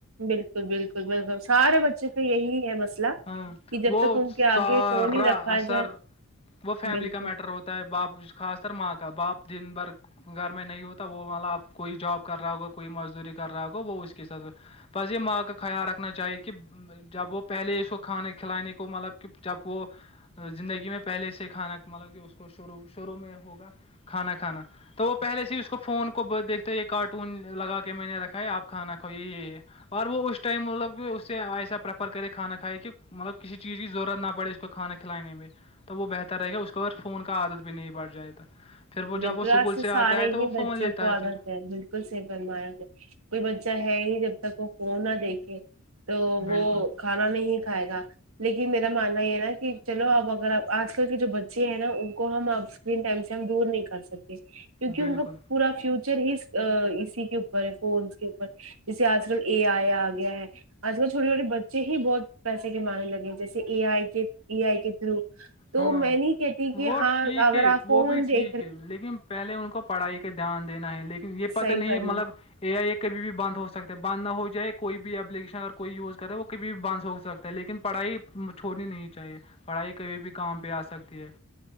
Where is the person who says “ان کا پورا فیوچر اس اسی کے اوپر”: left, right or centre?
Right